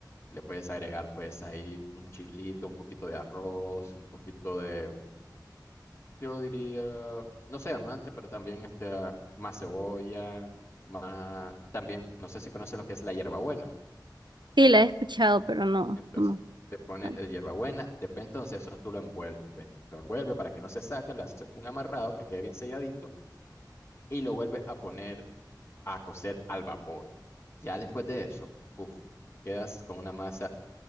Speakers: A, on the left; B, on the right.
A: le puedes agregar pues ahí un chilito, un poquito de arroz, un poquito de yo diría, no sé, amante, pero también este, más cebolla, más, también, no sé si conoces lo que es la hierbabuena.
B: Sí, la he escuchado, pero no,
A: Entonces,
B: no.
A: le pones
B: no.
A: el hierbabuena, después entonces eso tú lo envuelves, lo envuelves para que no se saque, le haces un amarrado que quede bien selladito y lo vuelves a poner a cocer al vapor. Ya después de eso, uff, quedas con una masa